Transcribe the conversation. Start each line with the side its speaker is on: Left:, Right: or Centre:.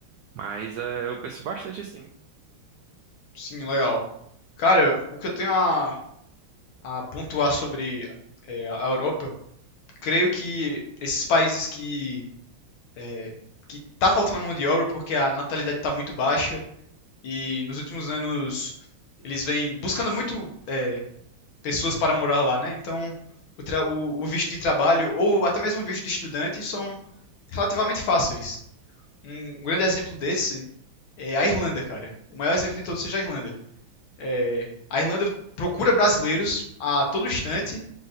Right: Mas é, eu penso bastante assim.
Left: Sim, legal. Cara, o que eu tenho a, a pontuar sobre é, a Europa, creio que esses países que é, que tá faltando mão de obra porque a natalidade está muito baixa e nos últimos anos eles vêm buscando muito é, pessoas para morar lá, né? Então o, tra- o- o visto de trabalho ou até mesmo o visto de estudante são relativamente fáceis. Um grande exemplo desse é a Irlanda, cara. O maior exemplo de todos seja a Irlanda. É, a Irlanda procura brasileiros a todo instante.